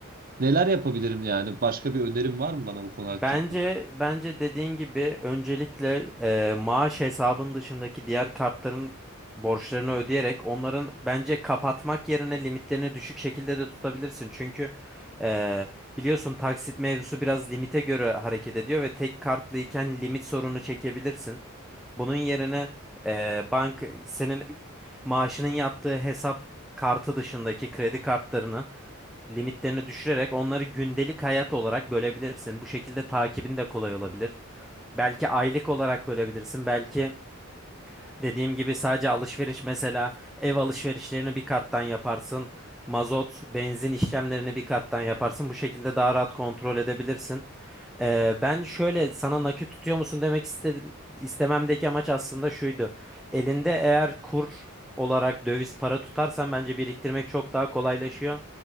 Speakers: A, on the right; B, in the centre.
A: neler yapabilirim yani başka bir önerin var mı bana bu konu hakkında?
B: Bence bence dediğin gibi öncelikle e, maaş hesabın dışındaki diğer kartların borçlarını ödeyerek onların bence kapatmak yerine limitlerini düşük şekilde de tutabilirsin. Çünkü e, biliyorsun taksit mevzusu biraz limite göre hareket ediyor ve tek kartlıyken limit sorunu çekebilirsin. Bunun yerine e, bank senin maaşının yattığı hesap kartı dışındaki kredi kartlarını limitlerini düşürerek onları gündelik hayat olarak bölebilirsin. Bu şekilde takibin de kolay olabilir. Belki aylık olarak bölebilirsin. Belki dediğim gibi sadece alışveriş mesela ev alışverişlerini bir karttan yaparsın. Mazot, benzin işlemlerini bir karttan yaparsın. Bu şekilde daha rahat kontrol edebilirsin. Ee, ben şöyle sana nakit tutuyor musun demek istedim, istememdeki amaç aslında şuydu. Elinde eğer kur olarak döviz para tutarsan bence biriktirmek çok daha kolaylaşıyor.